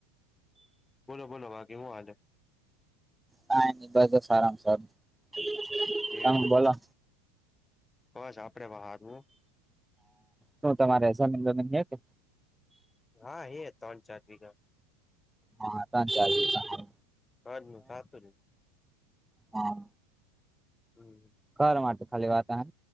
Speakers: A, on the left; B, in the centre.
A: બોલો બોલો વા કેવુ હાલે?
B: કાંઈ નહિ ભાઈ જો સારમાં સારું છે, તમે
A: એ
B: બોલો?
A: બસ આપડે બહારવું
B: સુ, તમારે <unintelligible>
A: હા, એ ત્રણ ચાર વિઘા-
B: હા, ત્રણ ચાલ
A: હજ નું થાતું ન.
B: હા,
A: હમ્મ
B: ઘર માટે ખાલી વાતાર